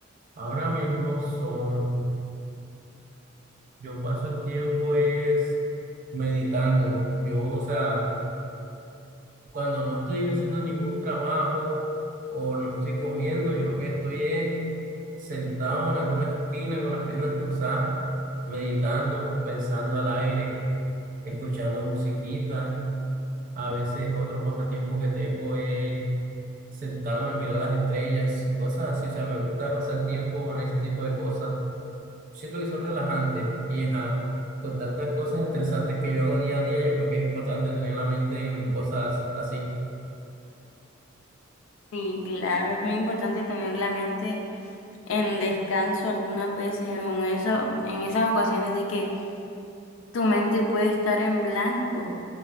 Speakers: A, on the right; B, on the left.
A: Ahora mismo son, yo paso el tiempo es meditando. Yo, o sea, cuando no estoy haciendo ningún trabajo o no estoy comiendo, yo lo que estoy es sentado en alguna esquina con las piernas cruzadas, meditando, pensando al aire, escuchando musiquita. A veces otro pasatiempo que tengo es sentarme a mirar las estrellas, cosas así. O sea, me gusta pasar tiempo en ese tipo de cosas. siento que son relajantes y ajá, con tantas cosas estresantes que yo hago día a día, yo creo que es importante tener la mente en cosas así.
B: Sí, claro, es muy importante tener la mente en descanso algunas veces, en eso, en esas ocasiones de que tu mente puede estar en blanco